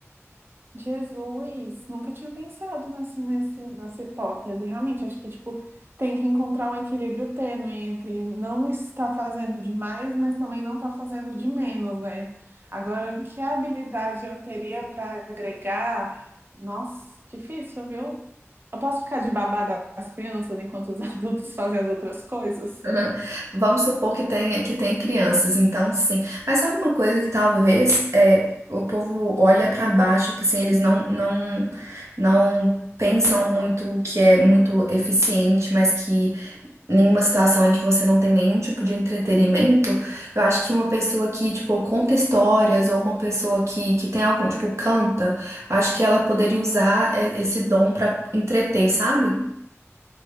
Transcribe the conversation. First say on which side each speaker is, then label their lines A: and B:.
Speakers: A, on the right; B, on the right.
A: Jesus, nunca tinha pensado nessa, nessa, nessa hipótese. Realmente, acho que tipo, tem que encontrar um equilíbrio tênue entre não estar fazendo demais, mas também não estar fazendo de menos, né? Agora, que habilidade eu teria para agregar? Nossa, difícil, viu? Eu posso ficar de babá das crianças enquanto os <laughs> adultos fazem as outras coisas?
B: <laughs> Vamos supor que tenha, que tem crianças, então sim. Mas sabe uma coisa que talvez é, o povo olha pra baixo, tipo assim, eles não, não, não pensam muito que é muito eficiente, mas que em uma situação em que você não tem nenhum tipo de entretenimento, eu acho que uma pessoa que, tipo, conta histórias ou uma pessoa que, que tem algum, tipo, canta, eu acho que ela poderia usar e- esse dom pra entreter, sabe?